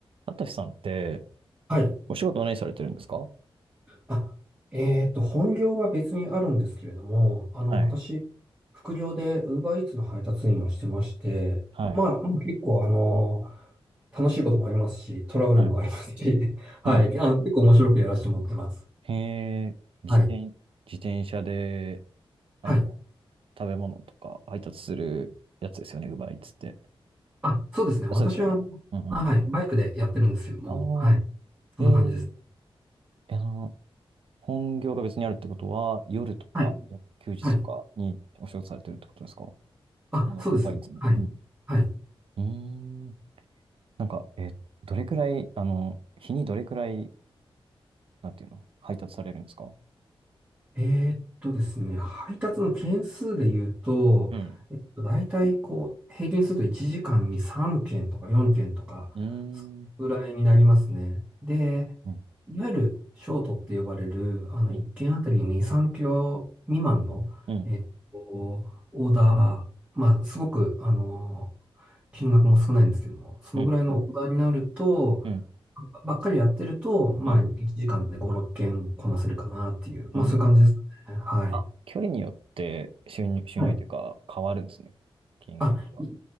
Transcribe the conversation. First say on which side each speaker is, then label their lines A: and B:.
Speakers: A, on the right (about 65°); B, on the right (about 15°).
A: あたしさんって、
B: はい。
A: お仕事は何されてるんですかは
B: あ、えっと、本業は別にあるんですけれども、あの、
A: い、
B: 私、副業で Uber Eats の配達員をしてまして、
A: はい、
B: まあ、もう結構、あの、楽しいこともありますし、トラブルもありますし、
A: はい、
B: <laughs> はい。
A: はい。
B: あの、結構面白くやらせてもらってます。
A: へえ、自転、
B: はい。
A: 自転車で、あの、
B: はい。
A: 食べ物とか配達するやつですよね、ウーバーイーツって。
B: あ、そうですね。私は、
A: そうですよね。うんうん。
B: はい。バイクでやってるんですけども、
A: ああ、
B: はい。そんな感じです。
A: えーえ、あの、本業が別にあるってことは、夜とか、
B: はい。
A: 休日とかにお仕事されてるってことですか
B: はい。あ、
A: あの、
B: そうです。
A: ウーバーイーツの。
B: はい。
A: うん。
B: はい。
A: うーん。なんか、え、どれくらい、あの、日にどれくらい、なんていうの、配達されるんですか
B: えーっとですね、配達の件数で言うと、
A: うん。
B: えっと、大体こう、平均すると1時間に3件とか4件とか、
A: うーん。
B: そのぐらいになりますね。
A: に、
B: で、
A: うん、
B: いわゆるショートって呼ばれる、あの、
A: うん、
B: 1件あたり2、3キロ未満の、
A: うん、
B: えっと、オーダー、まあ、すごく、あの、金額も少ないんですけども、そのぐらいのオーダーになると、
A: うん、うん、
B: ばっかりやってると、まあ、
A: うん。
B: 1時間で5、6件こなせるかなっていう、
A: うん
B: まあ、そういう感じですね。はい。
A: あ、距離によって収入、収入というか変わるんですね。
B: はい。
A: 金額が。
B: あ、い